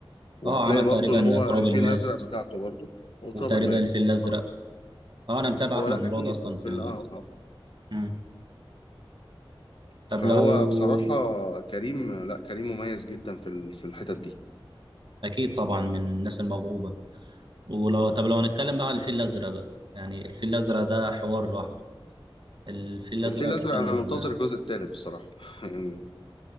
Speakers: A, on the left; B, on the right.
A: وهتلاقي
B: اه عمل
A: برضو
B: تقريبا
A: ان هو
B: تراب
A: الفيل
B: الماس
A: الازرق بتاعته برضو وتراب
B: وتقريبا
A: الماس
B: الفيل الأزرق اه أنا متابع
A: هو
B: أحمد
A: لا
B: مراد
A: اكيد
B: أصلا
A: هو فيلم
B: في ال...
A: اه اه
B: مم. طب
A: فهو
B: لو
A: بصراحه
B: <laughs>
A: كريم لا كريم مميز جدا في ال- في الحتت دي
B: أكيد طبعا من الناس الموهوبة ولو طب لو هنتكلم بقى عن الفيل الأزرق بقى يعني الفيل الأزرق ده حوار لوحده الفيل الأزرق
A: الفيل
B: ده
A: الازرق
B: كان
A: انا منتظر الجزء الثالث بصراحه <laughs> يعني